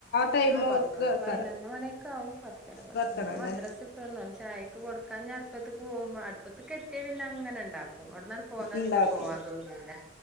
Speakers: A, on the left; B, in the centre.
A: ടൈമ്
B: ആ പത്ത്ം
A: ഒക്കെ വെക്കാറ്
B: പതിനൊന്ന് മണിയൊക്കെ ആകും പത്ത് ഉത്തര
A: വെക്കണല്ലേ
B: മദ്രസ് ഇട്ട്ന്ന ചായയ്ക്ക് കൊടുക്കാൻ അടുപ്പത്ത് പോകുമ്പോ അടു- ഇതക്കെത്തിയാ പിന്നെ അങ്ങനെ ഇണ്ടാക്കും അടന്നാട് പോകന്നാ
A: ഉണ്ടാക്കും
B: പിന്നെ പോവാൻ തോന്നില്ല